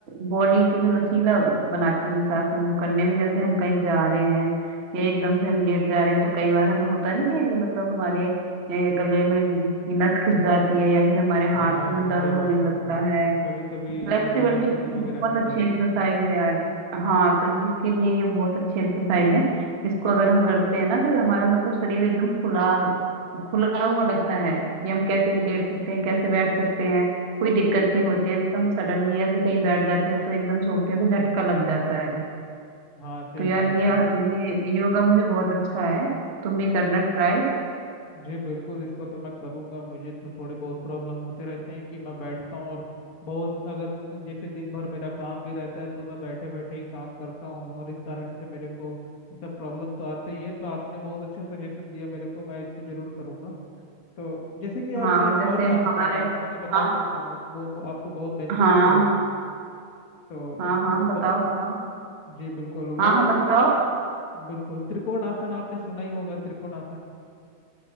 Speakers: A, on the right; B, on the left.
A: बॉडी की जो लचीला बनाती है इस आसन को करने में जैसे हम कहीं जा रहे हैं या एकदम से हम लेट जा रहे हैं तो कई बार हमें होता नहीं है कि मतलब हमारे ए, गले में की नस खिंच जाती है या फिर हमारे हाथ
B: हाँ
A: में
B: जी
A: दर्द
B: सही बात
A: होने लगता
B: है सही बात
A: है
B: है। कभी कभी
A: फ्लेक्सिबिलिटी
B: हमारे गर्दन
A: के लिए
B: वगैरह
A: बहुत
B: कट
A: अच्छी
B: जाती
A: एक्सरसाइज
B: है
A: है यार ये। हाँ तो ये- इसके लिए ये बहुत अच्छी एक्सरसाइज है इसको अगर हम करते हैं ना तो ये हमारा मतलब शरीर एकदम खुला हो खुला हुआ लगता है कि हम कैसे भी लेट सकते हैं कैसे बैठ सकते हैं कोई दिक्कत नहीं होती अभी तो हम सडनली ऐसे कहीं बैठ जाते हैं तो एकदम से उठते हैं तो झटका लग जाता है
B: हाँ सही
A: तो यार
B: बात
A: ये
B: है
A: ये योगा मुझे बहुत अच्छा है तुम भी करना ट्राई
B: जी बिल्कुल इसको तो मैं करूंगा मुझे तो थोड़े बहुत प्रॉब्लम होते रहते हैं कि मैं बैठता हूँ और बहुत अगर जैसे दिन भर मेरा काम भी रहता है तो मैं बैठे बैठे ही काम करता हूँ और इस कारण से मेरे को ये सब प्रॉब्लम तो आते ही है तो आपने बहुत अच्छा सजेशन दिया मेरे को मैं इसको जरूर करूंगा तो जैसे कि अब
A: हाँ
B: मैं
A: और
B: एक
A: जैसे
B: और जानता
A: हमारे
B: हूँ आपको मैं बता
A: हाँ
B: सकता हूँ वो आपको बहुत बेनिफिट
A: हाँ
B: करेगा तो
A: हाँ
B: आपको
A: हाँ
B: मैं
A: बताओ
B: बताऊँ
A: बताओ
B: जी बिल्कुल
A: हाँ
B: वो
A: हाँ
B: एक
A: बताओ
B: है बिल्कुल त्रिकोण आसन आपने सुना ही होगा त्रिकोण आसन